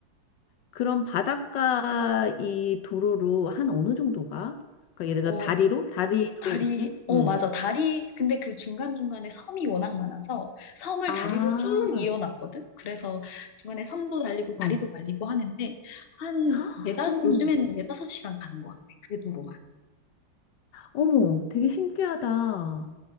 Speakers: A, on the left; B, on the left.
A: 그런 바닷가 이 도로로 한 어느 정도가? 그러니까 예를 들어
B: 어,
A: 다리로? 다리로
B: 다리,
A: 이렇게?
B: 어,
A: 음,
B: 맞아. 다리, 근데 그 중간중간에 섬이 워낙 많아서 섬을
A: 아,
B: 다리로 쭉 이어놨거든? 그래서 중간에 섬도 달리고 다리도
A: 어,
B: 달리고 하는데, 한
A: <gasps>
B: 네다,
A: 어머머,
B: 요즘엔 네다섯 시간 가는 것 같아. 그 도로만.
A: 어머, 되게 신기하다.